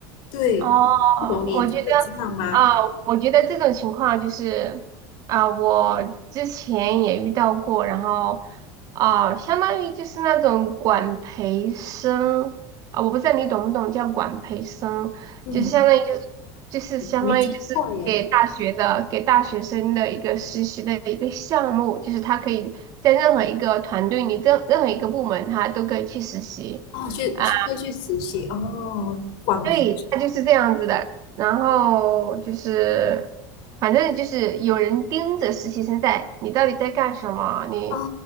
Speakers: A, on the left; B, on the right.
A: 对，
B: 哦，
A: 不懂你就是知道吗？
B: 我觉得啊，我觉得这种情况就是啊，我之前也遇到过，然后啊，相当于就是那种管培生啊，我不知道你懂不懂叫管培生，
A: 嗯，
B: 就是相当于就是就是相当于就是给大学的给大学生的一个实习的一个项目，
A: 我没听过耶，
B: 就是他可以在任何一个团队里，任任何一个部门，他都可以去实习。
A: 哦，去去就去实习哦，
B: 啊。
A: 广培
B: 对，他就是这样子的。然后就是，反正就是有人盯着实习生在，你到底在干什么？你
A: 哦，